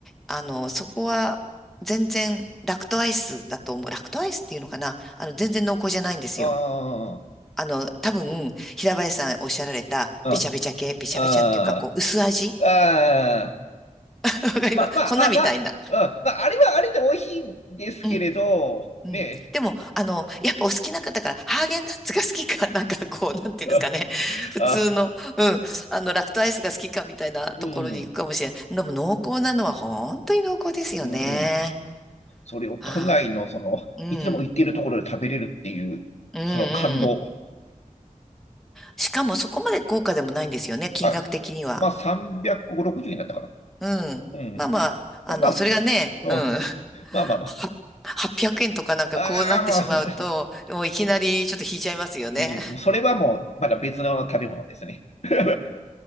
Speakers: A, in the centre; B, on the left (about 50°).
A: あの、そこは全然ラクトアイスだと思う。ラクトアイスっていうのかなあの、全然濃厚じゃないんですよ。
B: あー、
A: あの、多分、平林さんおっしゃられた、
B: うん、
A: べちゃべちゃ系、べちゃべちゃっていうか、
B: あ
A: こう、薄味
B: ー、あ
A: <laughs> わかります粉みたいな。
B: まあまあまあまあ、うんまあ、あれはあれで美味しいんですけれど、
A: うんうん。
B: ね
A: でも、あの、やっぱお好きな方だから、ハーゲンダッツが好きか、なんかこう、なんていうんですかね。
B: あ、
A: 普通の、
B: あ
A: うん、あの、ラクトアイスが好きかみたいなところに行くかもしれない。
B: うん、
A: でも濃厚なのは本当に濃厚ですよね。
B: うん、それを都内のその、
A: ああ、うん、
B: いつも行っているところで食べれるっていう、
A: うん、
B: その感動。
A: うん。しかもそこまで高価でもないんですよね、
B: <laughs>
A: 金額的には。
B: はい。まあ、360になったかな。
A: うん。
B: うん。
A: まあまあ、あの、
B: まあまあ、
A: それがね、
B: うん、
A: うん。は800円とかなんかこうなってしまうと、
B: まあまあまあ。ああ、もうね、
A: もういきなりちょっと引いちゃいますよね。
B: うん、うん、それはもう、まだ別の食べ物ですね。<laughs>